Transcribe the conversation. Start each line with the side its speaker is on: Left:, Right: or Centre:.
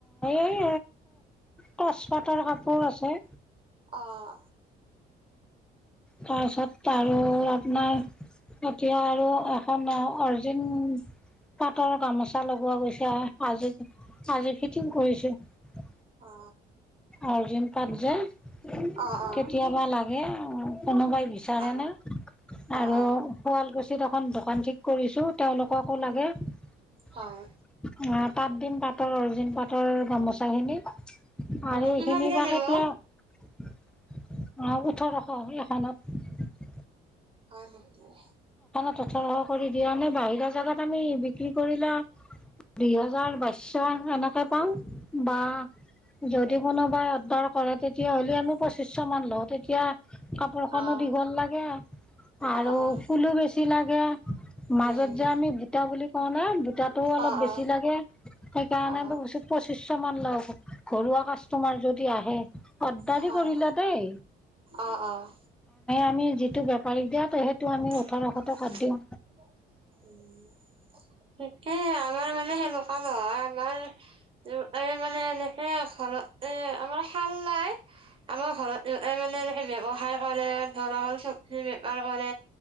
Centre: এই টচপাটৰ কাপোৰ আছে‌।
Right: অহ
Centre: তাৰপিছত আৰু আপোনাৰ এতিয়া আৰু এখন অৰিজিন পাটৰ গামোচা লগোৱা গৈছে আজি আজি ফিটিং কৰিছোঁ ।
Right: অ
Centre: অৰ্জুন পাট যে -
Right: অ অ
Centre: কেতিয়াবা লাগে কোনোবাই বিচাৰে
Right: অ
Centre: ন আৰু
Right: অ অ
Centre: শুৱালকুছ- এখন দোকান ঠিক কৰিছো তেওঁলোকক ক লাগে। ইয়াত
Right: হয়
Centre: তাতদিম পাতৰ অৰ্জিন পাতৰ গামোচা খিনি আৰু
Right: এনে
Centre: এইখিনি
Right: কিমানকে
Centre: বা
Right: দিব
Centre: কেতিয়া‌- অ ওঠৰশ এখনত
Right: হয় হয়।
Centre: তথাৰহ কৰি দিয়া নে বাহিৰা জেগাত আমি বিক্ৰী কৰিলে দুই হাজাৰ বাইছশ এনেকৈ পাওঁ বা যদি কোনোবা। কৰে তেতিয়াহ'লে আমি দেশমান লওঁ তেতিয়া কাপোৰখনো
Right: অ',
Centre: দীঘল লাগে আৰু
Right: অ', অ',
Centre: ফুলো বেছি লাগে। মাজত
Right: উম,
Centre: যে আমি বুটা বুলি কওঁ ন বুটাটোও অলপ
Right: অ',
Centre: বেছি
Right: অ',
Centre: লাগে ।সেইকাৰণে
Right: অ',
Centre: পঁচিছশ মান লওঁ ঘৰুৱা কাষ্টমাৰ যদি আহে গাড্ডাৰি
Right: হয়।
Centre: কৰিলে দেই।
Right: অ', অ',
Centre: আমি যিটো বেপাৰীক দিয়া। সেইটো আমি
Right: ঠিকেই
Centre: ওঠৰশ টকাত দিওঁ
Right: আমাৰ মানে সেনেকুৱা নহয় আমাৰ এই মানে এনেকে। ভালত আমাৰ। ভাল নাই ।আমাৰ ঘৰত মানে এনেকে ব্যৱসায় কৰে ধৰা হ'ল চব। হু কৰে